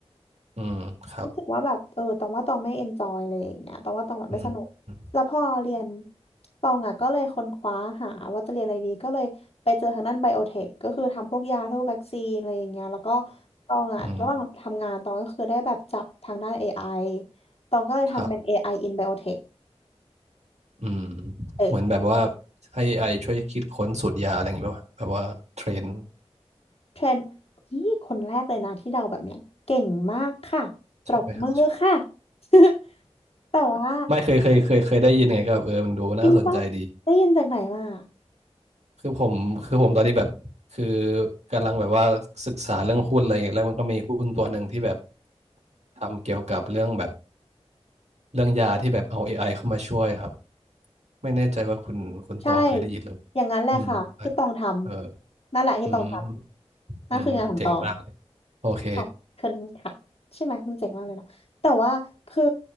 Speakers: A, on the right; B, on the left.
A: อืมครับ
B: รู้สึกว่าแบบเออตองว่าตองไม่เอนจอยอะไรอย่างเงี้ยตองว่าตองแบบไม่สนุกแล้วพอเรียน
A: อืมอืม
B: ตองอ่ะก็เลยค้นคว้าหาว่าจะเรียนอะไรดีก็เลยไปเจอทางด้านไบโอเทคก็คือทำพวกยาพวกวัคซีนอะไรอย่างเงี้ยแล้วก็ตองอ่ะระหว่างทำงานตองก็คือได้แบบจับทางด้านเอไอ
A: อืม
B: ตองก็เลยทำเป็นเอไอ
A: ครับ
B: in biotech
A: อืม
B: เออ
A: เหมือนแบบว่าให้ไอช่วยคิดค้นสูตรยาอะไรอย่างงี้ป่ะวะแบบว่าเทรน
B: เทรนนี่คนแรกเลยนะที่เดาแบบเนี้ยเก่งมากค่ะปรบมือค่ะ
A: ใช่ไหมฮะ
B: <laughs> แต่ว่า
A: ไม่เคยเคยเคยเคยได้ยินไงก็แบบเออมันดูน่าสนใจดี
B: จริงปะได้ยินจากไหนมา
A: คือผมคือผมตอนนี้แบบคือกำลังแบบว่าศึกษาเรื่องหุ้นอะไรอย่างเงี้ยแล้วมันก็มีหุ้นตัวหนึ่งที่แบบทำเกี่ยวกับเรื่องแบบเรื่องยาที่แบบเอา AI เข้ามาช่วยครับไม่แน่ใจว่าคุณคุณตองเคยได้ยินหรือ
B: ใช่ อย่างนั้นแหละค่ะที่ตองทำนั่นแหละที่ตองท
A: อืมใช่เอออืม
B: ำนั่นคืองานของตอง
A: อืมเจ๋งมากเลยโอเค
B: ขอบคุณค่ะใช่ไหมมันเจ๋งมากเลยเนาะแต่ว่าคือ